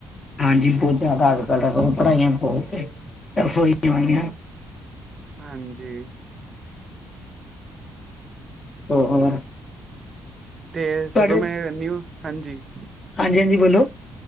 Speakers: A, on the left; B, on the right.
A: ਹਾਂਜੀ, ਬਹੁਤ ਜ਼ਿਆਦਾ ਅੱਜ ਕੱਲ੍ਹ ਪੜ੍ਹਾਈਆਂ ਬਹੁਤ ਟੱਫ ਹੋਈਆਂ ਹੋਈਆਂ।
B: ਹਾਂਜੀ।
A: ਹੋਰ
B: ਤੇ
A: ਤੁਹਾਡੇ
B: ਸਗੋਂ ਮੈਂ ਨਿੳ ਹਾਂਜੀ।
A: ਹਾਂਜੀ, ਹਾਂਜੀ ਬੋਲੋ।